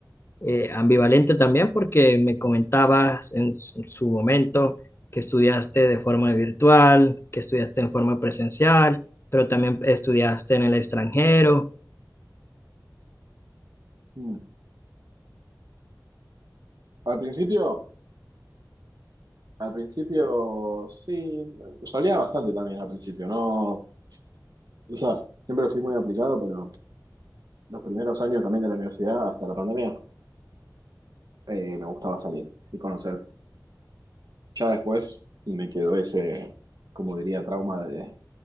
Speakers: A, on the left; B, on the right.
A: eh, ambivalente también porque me comentabas en su su momento que estudiaste de forma virtual, que estudiaste en forma presencial, pero también estudiaste en el extranjero.
B: mm, al principio, al principio sí, salía bastante también al principio, ¿no? O sea, siempre fui muy aplicado, pero los primeros años también de la universidad, hasta la pandemia, eh, me gustaba salir y conocer Ya después me quedó ese, como diría, trauma de,